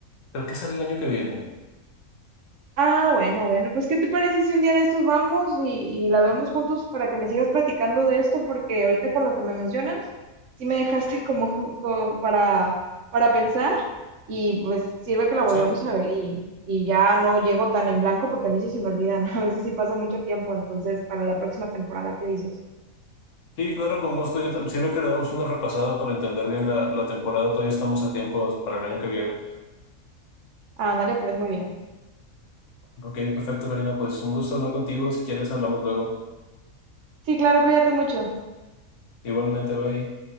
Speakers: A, on the left; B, on the right.
A: Creo que sale el año que viene.
B: Ah, bueno, bueno, pues ¿qué te parece si un día de estos vamos y, y la vemos juntos para que me sigas platicando de esto? Porque ahorita con lo que me mencionas, sí me dejaste como, <laughs> como para, para pensar y pues sirve que la volvemos
A: Sí,
B: a ver y, y ya no llego tan en blanco porque a mí sí se me olvidan, <laughs> a veces sí pasa mucho tiempo, entonces para la próxima temporada, ¿qué dices?
A: sí, claro, con gusto. Yo también sirve que le damos una repasada para entender bien la, la temporada. Todavía estamos a tiempo para el año que viene.
B: Ándale, pues muy bien.
A: Ok, perfecto, Karina. Pues un gusto hablar contigo. Si quieres, hablamos luego.
B: Sí, claro, cuídate mucho.
A: Igualmente, bye.